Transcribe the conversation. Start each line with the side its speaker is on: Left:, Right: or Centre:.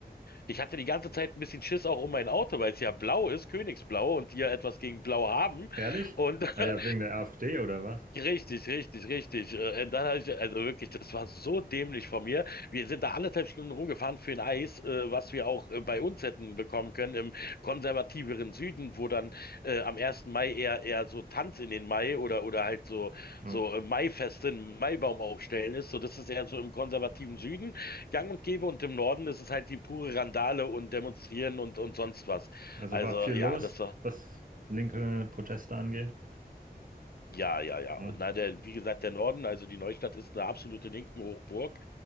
Left: Ich hatte die ganze Zeit ein bisschen Schiss auch um mein Auto, weil es ja blau ist, Königsblau, und die ja etwas gegen Blau haben.
Right: Ehrlich?
Left: Und <laughs>
Right: Ah ja, wegen der AfD oder was?
Left: Richtig, richtig, richtig. Äh, und dann habe ich, also wirklich, das war so dämlich von mir. Wir sind da anderthalb Stunden rumgefahren für ein Eis, äh, was wir auch äh, bei uns hätten bekommen können im konservativeren Süden, wo dann äh, am ersten Mai eher eher so Tanz in den Mai oder oder halt so
Right: Ja.
Left: so äh, Maifeste, einen Maibaum aufstellen ist. So, das ist eher so im konservativen Süden gang und gäbe und im Norden ist es halt die pure Randale und Demonstrieren und und sonst was.
Right: Also
Left: Also
Right: war viel los,
Left: ja, das war
Right: was linke Proteste angeht.
Left: Ja, ja, ja.
Right: Ja,
Left: Und na, der, wie gesagt, der Norden, also die Neustadt ist eine absolute linken Hochburg.